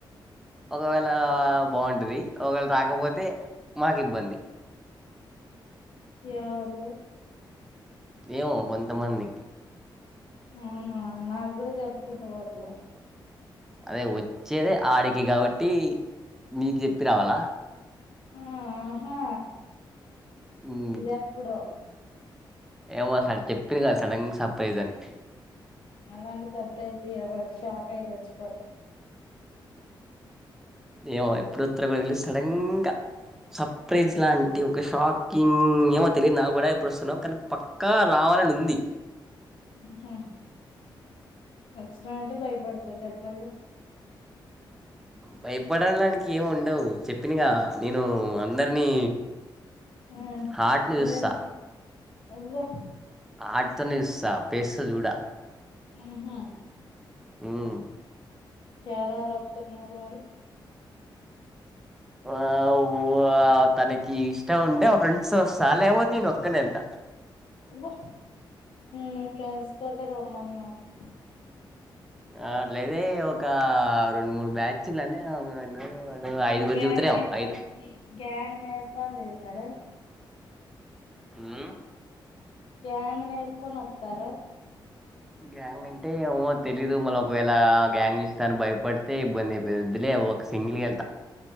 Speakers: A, in the centre; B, on the left.
A: ఒకవేళ బాగుంటది. ఒకవేళ రాకపోతే నాక్ ఇబ్బంది.
B: ఎ ఎవరు?
A: ఏమో కొంతమందికి
B: అవునా నాక్ గుడా చెప్పకుంట పోతవా
A: అదే వచ్చేదే ఆడికి కాబట్టి నీకి చెప్పి రావాలా?
B: ఆహా
A: ఉమ్,
B: ఇదెప్పుడో
A: ఏమో సార్ చెప్పిండ్ కదా సడన్ సర్ప్రైజ్ అని
B: అలాంటి సర్ప్రైజ్ ఇయ్యమాక్ షాక్ అయి సచ్చిపోతా.
A: ఏమో మరి ఎప్పుడొస్తరో గుడా తెలీద్ సడన్గ సర్ప్రైజ్ లాంటి ఒక షాకింగ్ ఏమో తెలీద్ నా గుడా ఎప్పుడొస్తనో కనీ పక్కా రా రావాలన్ ఉంది.
B: మ్ హ్ వచ్చిన అంటే భయపడుతా చెప్పెల్లు
A: భయపడడానికి ఏం ఉండవు చెప్పినగా నేనూ అందర్నీ
B: ఆ
A: హార్ట్ని
B: అందరు
A: చూస్తా.
B: అవ్వ
A: హార్ట్తోనే చూస్తా పేస్తో చూడ
B: మ్ హ్
A: మ్
B: ఎవరెవర్ వత్తున్నారు మరి
A: ఆ ఊ అ ఆ తనకి ఇష్టం ఉంటే మా ఫ్రెండ్స్తో వస్తా లేకపోతే నేను ఒక్కనే ఎళ్తా
B: మ్ మీ ఫ్రెండ్స్తోటే రమ్మన్నారు.
A: ఆ అట్లైతే ఇగ ఒకా రొండు, మూడు బ్యాచ్లు అంటే <unintelligible>
B: ఆ గ్యాంగ్
A: దిగుతారేమో
B: నేస్కొన్
A: ఐదు
B: గ్యాంగ్ నేస్కొన్ దిగుతారా
A: ఆ
B: గ్యాంగ్ నేస్కొన్ వత్తారా
A: గ్యాంగ్ అంటే ఏమో తెలీదు మళ్ళ ఒకవేళ గ్యాంగ్ చూసి తను భయపడ్తే ఇబ్బంది అయిపోతద్ వద్దులే ఒక సింగిల్గెళ్తా.